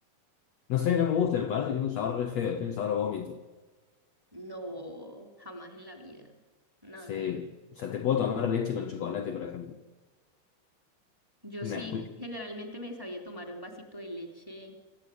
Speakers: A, on the left; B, in the centre.
A: No sé, no me gusta, me parece que tiene un sabor re feo, tiene un sabor a vómito.
B: No, jamás en la vida. No,
A: Sí.
B: no.
A: O sea, te puedo tomar leche con chocolate, por ejemplo.
B: Yo
A: Un
B: sí,
A: Nesquik.
B: generalmente me sabía tomar un vasito de leche